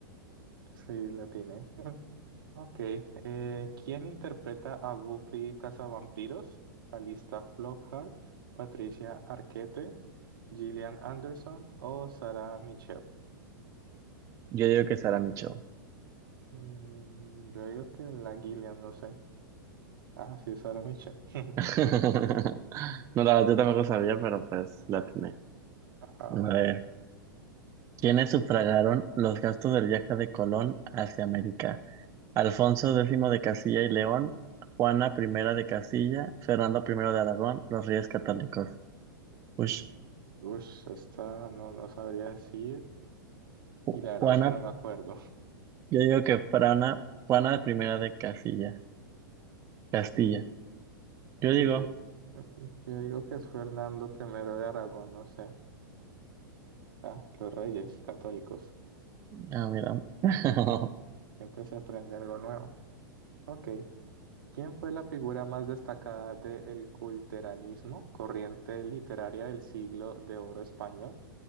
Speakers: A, on the right; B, on the right.
A: Sí, la tiene. <laughs> Ok, eh, ¿quién interpreta a Buffy Cazavampiros? Alista Flockhart, Patricia Arquette, Gillian Anderson o Sarah Michelle.
B: Yo digo que Sara Micho.
A: Mm, yo digo que la Gillian, no sé. Ah, sí, Sarah Michelle. <laughs>
B: <laughs> No, la verdad, yo tampoco sabía, pero pues la atiné.
A: Ah,
B: A
A: bueno.
B: ver, ¿quiénes sufragaron los gastos del viaje de Colón hacia América? Alfonso X de Castilla y León, Juana I de Castilla, Fernando I de Aragón, los Reyes Católicos. Ush,
A: Ush, esta no, no sabría decir
B: Ju-
A: y la verdad
B: Juana,
A: es que no me acuerdo.
B: yo digo que Frana, Juana I de Castilla, Castilla.
A: <laughs> Sí,
B: Yo digo,
A: yo, yo digo que es Fernando primero de Aragón, no sé. Ah, los reyes católicos.
B: ah, mira. <laughs>
A: Siempre se aprende algo nuevo. Ok. ¿Quién fue la figura más destacada del culteranismo, corriente literaria del siglo de oro español?